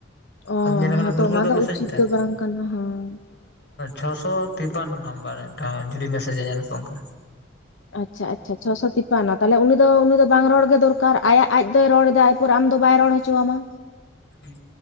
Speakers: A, on the left; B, on the left.
A: ᱚ
B: ᱟᱫᱚ
A: ᱦᱮᱸᱛᱚ
B: ᱜᱩᱨᱵᱩᱨ
A: ᱚᱱᱟ
B: ᱫᱚ ᱢᱮᱥᱮᱡᱽ
A: ᱩᱪᱤᱛ
B: ᱫᱟᱭ᱾
A: ᱫᱚ ᱵᱟᱝ ᱠᱟᱱᱟ ᱦᱮᱸ
B: ᱪᱷᱚᱥᱚ ᱛᱤᱯᱟᱱᱱᱚ ᱱᱟᱢᱵᱟᱨ ᱢᱤᱫᱴᱟᱝ ᱡᱩᱫᱤ ᱢᱮᱥᱮᱡᱟᱭ ᱧᱮᱞ ᱯᱮ ᱚᱝᱠᱟ
A: ᱟᱪᱪᱷᱟ ᱟᱪᱪᱷᱟ ᱪᱷᱚᱥᱚ ᱛᱤᱯ ᱵᱟᱝ ᱛᱟᱦᱚᱞᱮ ᱩᱱᱤ ᱫᱚ ᱩᱱᱤ ᱫᱚ ᱵᱟᱝ ᱫᱚᱨᱠᱟᱨ ᱟᱭᱟᱜ ᱟᱡ ᱫᱚᱭ ᱨᱚᱲ ᱮᱫᱟ ᱟᱢ ᱫᱚ ᱵᱟᱭ ᱨᱚᱲ ᱦᱚᱪᱚ ᱟᱢᱟ᱾
B: ᱦᱩᱸ